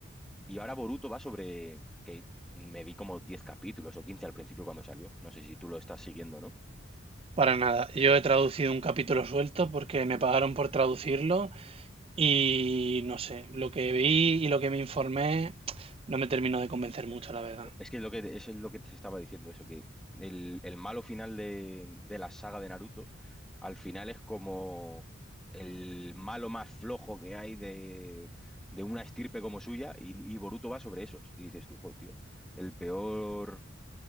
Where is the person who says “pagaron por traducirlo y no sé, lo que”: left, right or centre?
Right